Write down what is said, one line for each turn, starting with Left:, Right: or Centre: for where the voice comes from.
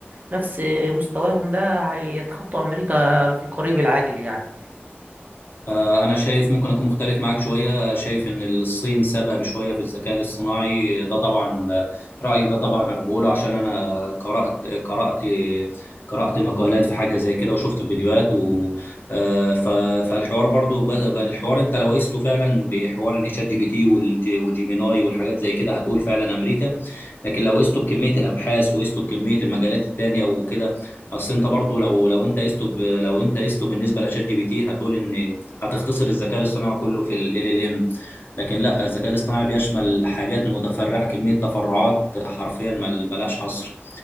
Right: نفس مستواهم ده هيتخطوا امريكا في القريب العاجل يعني
Left: آه، أنا شايف ممكن أكون مختلف معاك شوية شايف إن الصين سابقة بشوية في الذكاء الاصطناعي ده طبعا آه، رأيي ده طبعا أنا بقوله عشان أنا قرأت قرأت قرأت مقالات في حاجة زي كده وشفت فيديوهات و آه، ف- فالحوار برضو بدأ بقى الحوار أنت لو قيسته فعلا بحوار إن شات جي بي تي والج- وجيميناي والحاجات زي كده هتقول فعلا أمريكا لكن لو قيسته بكمية الأبحاث وقيسته بكمية المجالات التانية وكده أصل أنت برضو لو لو أنت قيسته ب- لو أنت قيسته بالنسبة لشات جي بي تي هتقول إن هتختصر الذكاء الاصطناعي كله في ال LLM لكن لا الذكاء الاصطناعي بيشمل حاجات متفرعة كمية تفرعات حرفيا مل- ملهاش حصر